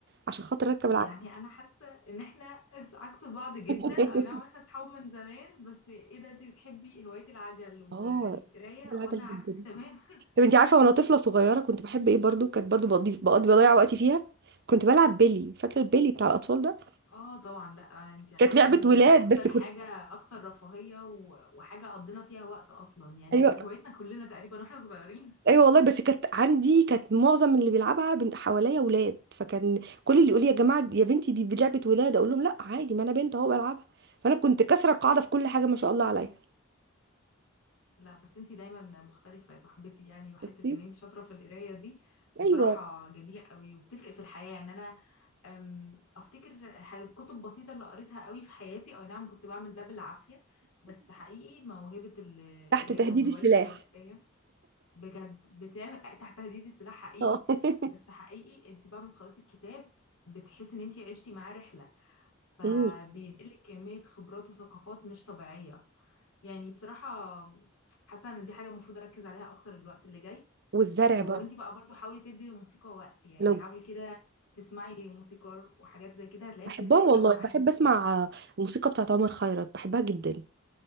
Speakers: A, on the right; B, on the left.
A: عشان خاطر اركب
B: يعني
A: العجله
B: انا حاسه ان احنا عكس بعض جدا
A: <laughs>
B: اي نعم احنا اصحاب من زمان بس ايه ده انت بتحبي هوايه العجل والقرايه
A: اه بحب العجل
B: وانا عكسك
A: جدا
B: تماما <laughs>
A: طب انت عارفه وانا طفله صغيره كنت بحب ايه برضو كانت برضو بقضي بقضي بضيع وقتي فيها كنت بلعب بيلي فاكره البيلي بتاع الاطفال ده
B: اه طبعا لا انت عايزه
A: كانت لعبه
B: تقولي دي
A: ولاد
B: دي اكتر
A: بس كنت
B: حاجه
A: <laughs>
B: اكتر رفاهيه و- وحاجه قضينا فيها وقت اصلا يعني
A: ايوه
B: دي كانت هوايتنا كلنا تقريبا واحنا صغيرين <laughs>
A: ايوه والله بس كانت عندي كانت معظم اللي بيلعبها بن- حواليا ولاد فكان كل اللي يقول لي يا جماعه يا بنتي دي لعبه ولاد اقول لهم لا عادي ما انا بنت اهو بلعبها فانا كنت كسره القاعده في كل حاجه ما شاء الله عليا
B: لا بس انت دايما مختلفه يا صاحبتي يعني وحته
A: شفتي
B: ان انت شاطره في القرايه دي بصراحه
A: ايوه
B: جميله قوي وبتفرق في الحياه يعني انا أم، افتكر حاجة كتب بسيطة اللي قريتها قوي في حياتي او نعم كنت بعمل ده بالعافية بس حقيقي موهبة القراية
A: تحت تهديد
B: او هواية
A: السلاح
B: القراية بجد بتعمل تحت تهديد السلاح حقيقي
A: اه <laughs>
B: بس حقيقي انت بعد ما تخلصي الكتاب بتحسي ان انت عشتي معاه رحلة فبينقلك
A: مم.
B: كمية خبرات وثقافات مش طبيعية يعني بصراحة حاسة ان دي حاجة المفروض اركز عليها اكتر الوقت اللي جاي
A: والزرع
B: وانتي
A: برضه
B: بقى برضو حاولي تدي للموسيقى وقت يعني
A: لو
B: حاولي كده تسمعي موسيقار وحاجات زي كده هتلاقيها
A: بحبهم
B: بتفرق
A: والله
B: قوي معاكي
A: بحب
B: في
A: اسمع الموسيقى بتاعت عمر خيرت بحبها جدا